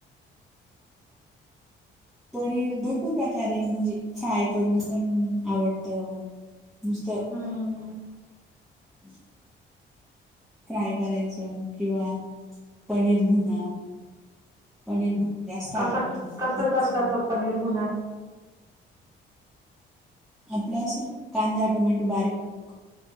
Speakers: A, in the centre; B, on the right.
A: पनीर भरपूर प्रकारे, म्हणजे फ्राय करून पण आवड त. नुसतं
B: हम्म.
A: <unintelligible> फ्राय करायचं. किंवा पनीर भुना. पनीर भ जास्त
B: कसं
A: आवडत.
B: कसं करता
A: <unintelligible>
B: तो पनीर भुना.
A: आपला अस, कांदा, टोमॅटो बारीक